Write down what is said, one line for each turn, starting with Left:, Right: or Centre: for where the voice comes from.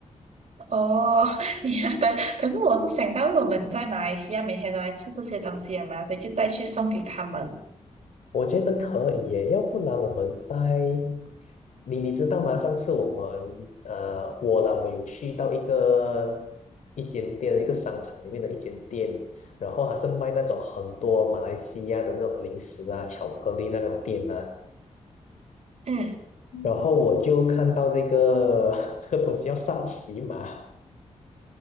Right: 哦，<laughs> 你要带，可是我是想到我们在马来西亚每天都来吃这些东西嘛，所以就带去送给他们。
Left: 我觉得可以耶，要不然我们带你，你知道吗？上次我们呃，我啦，我有去到一个一间店，一个商场里面的一间店，然后还是卖那种很多马来西亚的那种零食啊、巧克力那种店啊，
Right: 嗯，
Left: 然后我就看到这个 <laughs> 这个东西叫杀琪玛，